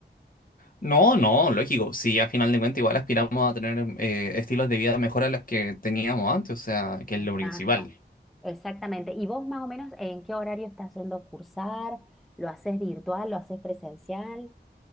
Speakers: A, on the left; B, in the centre.
A: No, no, lógico. si a final de cuentas igual aspiramos a tener eh, estilos de vida mejor a los que teníamos antes, o sea, que
B: Exacto,
A: es lo principal.
B: exactamente. ¿Y vos más o menos en qué horario estás yendo a cursar? ¿Lo haces virtual? ¿Lo haces presencial?